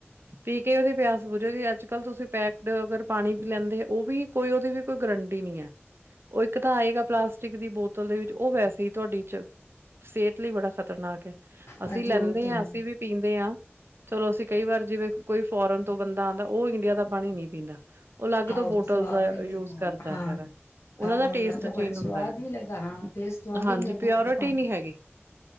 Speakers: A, on the right; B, on the left.
A: ਪੀ ਕੇ ਉਹਦੀ ਪਿਆਸ ਬੁਝੋ ਜਗੀ ਅੱਜ ਕੱਲ ਤੁਸੀਂ ਪੈਕਡ ਅਗਰ ਪੀ ਕੇ ਪਾਣੀ ਪੀ ਲੈਂਦੇ ਹੈ ਉਹ ਵੀ ਕੋਈ ਉਹਦੀ ਵੀ ਕੋਈ ਗਰੰਟੀ ਨਹੀਂ ਹੈ। ਉਹ ਇੱਕ ਤਾਂ ਆਏਗਾ ਪਲਾਸਟਿਕ ਦੀ ਬੋਤਲ ਦੇ ਵਿੱਚ ਉਹ ਵੈਸੇ ਹੀ ਤੁਹਾਡੀ ਚ, ਸਿਹਤ ਲਈ ਬੜਾ ਖ਼ਤਰਨਾਕ ਹੈ। ਅਸੀਂ
B: ਹਾਂਜੀ
A: ਲੈਂਦੇ
B: ਉਹ ਤੇ
A: ਹਾਂ
B: ਹੈ।
A: ਅਸੀਂ ਵੀ ਪੀਂਦੇ ਹਾਂ ਚਲੋ ਅਸੀਂ ਕਈ ਵਾਰ ਜਿਵੇਂ ਕੋਈ ਫੋਰਨ ਤੋਂ ਬੰਦਾ ਆਉਂਦਾ ਉਹ ਇੰਡੀਆ ਦਾ ਪਾਣੀ ਨਹੀਂ ਪੀਂਦਾ, ਉਹ ਅਲੱਗ
B: ਹਾਂ
A: ਤੋਂ
B: ਉਸਨੂੰ
A: ਬੋਟਲ
B: ਸਵਾਦ
A: ਦਾ
B: ਨਹੀਂ ਲੱਗਦਾ
A: ਯੂਜ ਕਰਦਾ
B: ਹਾਂ
A: ਹੈਗਾ ਉਹਨਾਂ
B: ਹਾਂ
A: ਦਾ ਟੇਸਟ
B: ਨੂੰ ਲੱਗਦਾ ਪਾਣੀ
A: ਚੇਂਜ
B: ਸਵਾਦ
A: ਹੁੰਦਾ ਹੈ,
B: ਨੀ ਲੱਗਦਾ ਹਾਂ ਟੇਸਟ ਸਵਾਦ
A: ਹਾਂਜੀ
B: ਹੀ ਨੀ ਲੱਗਦਾ
A: ਪਿਓਰਟੀ
B: ਉਹਨਾਂ ਨੂੰ ਪਾਣੀ
A: ਨਹੀਂ ਹੈਗੀ